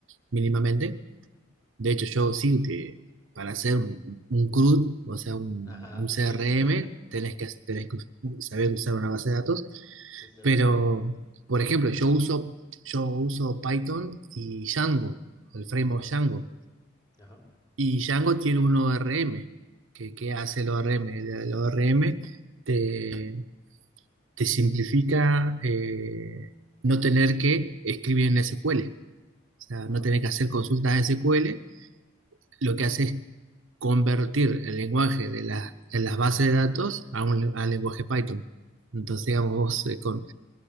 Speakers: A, on the right; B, on the left.
A: mínimamente. De hecho, yo sí que para hacer un, un CRUD, o sea, un,
B: ajá,
A: un CRM,
B: sí, <laughs>
A: tenés que, tenés que saber usar una base de datos.
B: sí, claro.
A: Pero, por ejemplo, yo uso, yo uso Python y Django, el framework Django.
B: Ajá,
A: Y Django tiene un ORM. que que hace el ORM? El, el ORM te, te simplifica eh, no tener que escribir en SQL. O sea,
B: ajá.
A: no tener que hacer consultas de SQL. Lo que hace es convertir el lenguaje de, las de las bases de datos a un al lenguaje Python. Entonces, digamos, vos eh, con,